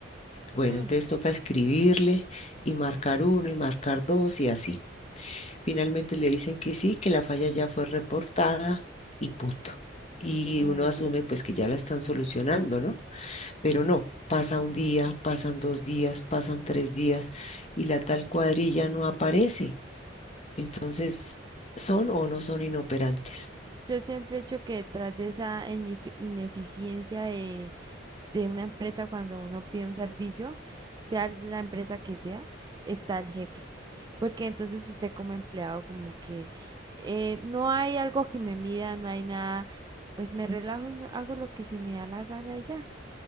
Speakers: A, on the left; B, on the right.
A: Bueno,
B: Mm.
A: entonces toca escribirle y marcar uno y marcar dos y así. Finalmente le dicen que sí, que la falla ya fue reportada y punto. Y
B: Ay,
A: uno asume
B: Dios.
A: pues que ya la están solucionando, ¿no? Pero no, pasa un día, pasan dos días, pasan tres días y la tal cuadrilla no aparece. Entonces, ¿son o no son inoperantes?
B: Yo siempre he dicho que detrás de esa inefi- ineficiencia de de una empresa cuando uno pide un servicio, sea la empresa que sea, está el jefe. Porque entonces usted como empleado como que eh, no hay algo que me mida, no hay nada, pues me relajo y no- hago lo que se me da la gana y ya.